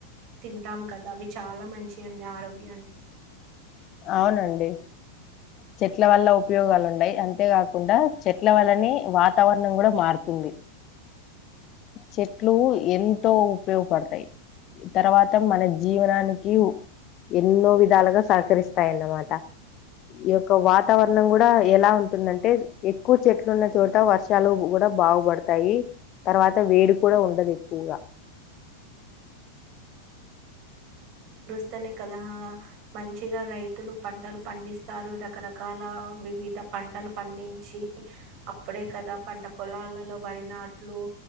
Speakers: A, on the right; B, on the left.
A: తింటాం కదా అవి చాలా మంచి అండి ఆరోగ్యానికి
B: అవునండి చెట్ల వల్ల ఉపయోగాలు ఉన్నాయి అంతేకాకుండా చెట్ల వల్లనే వాతావరణం కూడా మారుతుంది చెట్లు ఎంతో ఉపయోగపడతాయి తర్వాత మన జీవనానికి ఎన్నో విధ విధాలుగా సహకరిస్తాయన్నమాట ఈ యొక్క వాతావరణం కూడా ఎలా ఉంటుందంటే ఎక్కువ చెట్లు ఉన్న చోట వర్షాలు కూడా బాగుపడతాయి తర్వాత వేడి కూడా ఉండదు ఎక్కువగా
A: స్తనే కదా మంచిగా రైతులు పంటలు పండిస్తారు రకరకాల వివిధ పంటలు పండించి అప్పుడే కదా పంట పొలాలలో వరినాట్లు